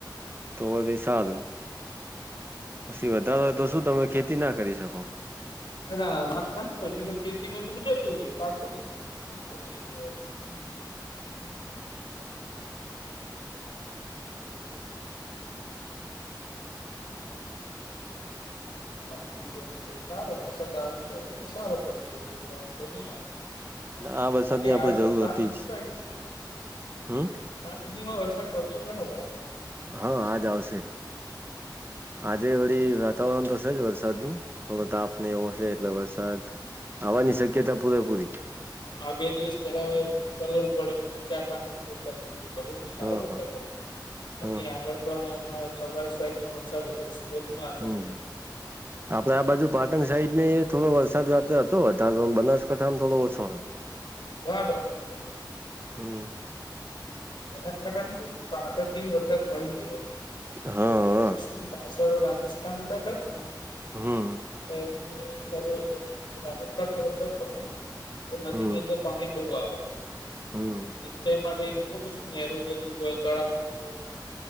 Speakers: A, on the right (about 30°); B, on the left (about 75°).
A: તો પછિ સારું પછી વધારે
B: ના
A: હોય તો શું તમે ખેતી ના કરી શકો
B: હ ના ના થાય ને પછીધ ખેતી માં બધું જતું હોય પાર મળ ગયું હો નિષ્ફળ થઈ ગયો હોય બાકી તો તો સારો વરસાદ આ તો સારો પડી ગયો છે એ આમ તો નહી આવે
A: ના આ વરસાદની
B: આજે
A: આપણેે
B: આવશે
A: જરૂર
B: સાંજ
A: હતી
B: સુધી
A: જ
B: ટાઈમ જશે
A: હમ
B: સાંજ સુધી માં વરસાદ પડશે ખરો પાછો
A: હા આજ આવશે આજે વળી વાતાવરણ તો છે જ વરસાદનું થોડો તાપ નહી ઓશે એટલે વરસાદ આવવાની શક્યતા પૂરેપૂરી
B: હ બે દિવસ પેલા કરલું પડે ચાર પાંચ દ વરસા કલ બી સારો
A: હા
B: વરસાદ
A: હા
B: પડે અ
A: હા
B: આગળ પણ હ સૌરાષ્ટ્ર સાઈડમાં વરસાદ હતો સુરતમાં હતો
A: હમ આપડે આ બાજુ પાટણ સાઈડ ને થો વરસાદતો હતોરે બનાસકાંઠામાં થોડો ઓછો હતો <inaudible>
B: <unintelligible>
A: હમ.
B: બનાસકાંઠા તો શું પાસઠથી વરસાદ મળી જ
A: હા. હા
B: કે શું પાછળ રાજસ્થાન માટે ખર નથી
A: હમ
B: બરોબ રાજસ્થાનમાં વરસાદ પડે ને તો નદીની
A: હમ
B: અંદર પાણી બહુ આવે
A: હમ
B: સિંચાઈ માટે એ શું નહેર જતી હોય તળાવળ હોય